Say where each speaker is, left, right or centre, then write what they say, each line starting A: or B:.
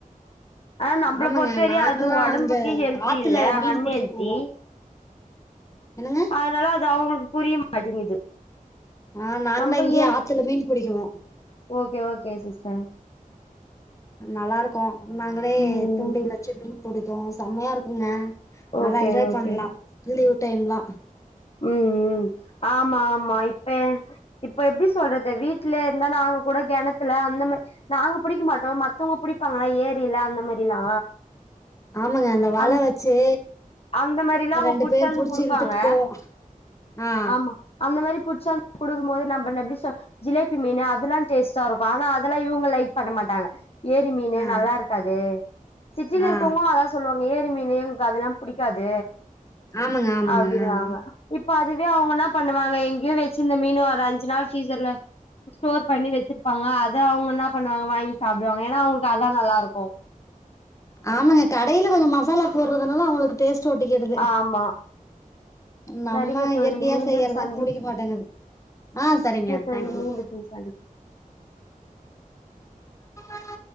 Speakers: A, on the left; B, on the left.
A: ஆனா நம்மள
B: ஆமாங்க
A: பொறுத்தவரையு
B: நாங்கல்லாம்
A: அது ஒடம்புக்கு
B: இங்க
A: ஹெல்தி
B: ஆத்துல
A: இல்ல
B: மீன்
A: அன்ஹெல்தி
B: புடிக்க போவோம் என்னங்க
A: அதனால அது அவங்களுக்கு புரிய மாட்டேங்குது
B: ஆ நாங்களா
A: நம்ம
B: இங்கயே
A: ஹெல்த்
B: ஆத்துல மீன் பிடிக்குவோ
A: ஓகே ஓகே சிஸ்டர்
B: நல்லா இருக்கு நாங்களே
A: ம்
B: தூண்டில் வச்சு மீன் பிடிப்போ சம்மையா இருக்கு என்ன நல்லா
A: ஓகே
B: என்ஜாய்
A: ஓகே
B: பண்லா லீவ் டைம்லா
A: ம் ம் ஆமா ஆமா இப் பயே இப்ப எப்டி சொல்றது இந்த வீட்ல இருந்தா நாங்க கூட கெணத்துல அந்த மாரி நாங்க பிடிக்க மாட்டோ மத்தவங்க பிடிப்பாங்களா ஏரி ரில அந்த மாரிலா
B: ஆமாங்க அந்த வல
A: அந்
B: வச்சு
A: அந்த மாரிலா அவங்க
B: ரெண்டு
A: புடிச்சாந்து
B: பேர் புடிச்சு
A: குடுப்பாங்க
B: இழுத்துட்டு போவோ ஆ
A: ஆமா அந் அந்த மாரி புட்ச்சாந்து குடுக்கும்போது நம்மென்ன எப்டி சொ ஜிலேபி மீனு அதுலா டேஸ்ட்டா இருக்கு ஆனா அதெலா இவங்க லைக் பண்ண மாட்டாங்க ஏரி மீனு
B: ஆ
A: நல்லா இருக்காது சிட்டில
B: ஆ
A: இருக்கவங்களோ அதா சொல்லுவாங்க ஏரி மீன் ஏங்கக்கு அதெலா புடிக்காது
B: ஆமாங்க ஆமாங்க
A: அப்டின்னுவாங்க
B: அ
A: இப்ப அதுவே அவங்கனா பண்ணுவாங்க எங்கேயோ வச்சிருந்த மீன் ஒரு அஞ்சு நாள் பீரிசர்ல ஸ்டோர் பண்ணி வச்சிருப்பாங்க அத அவங்க என்ன பண்ணுவாங்க வாங்கி சாப்பிடுவாங்க ஏன்னா அவங்களுக்கு அதா நல்லா இருக்கு
B: ஆமாங்க கடையில கொஞ்சம் மசாலா போடுறதுனால அவங்களுக்கு டேஸ்ட் தோட்டிக்கு எதிர்வு
A: ஆமா
B: நம்ம
A: சரிங்க தோழி
B: இயற்கையா
A: மீண்டும்
B: செய்யறதா
A: சந்தி
B: புடிக்க மாட்டேங்குது ஆ சரிங்க
A: தோழி
B: தேக் யூ
A: மீண்டும் சந்தி
B: என் <unintelligible>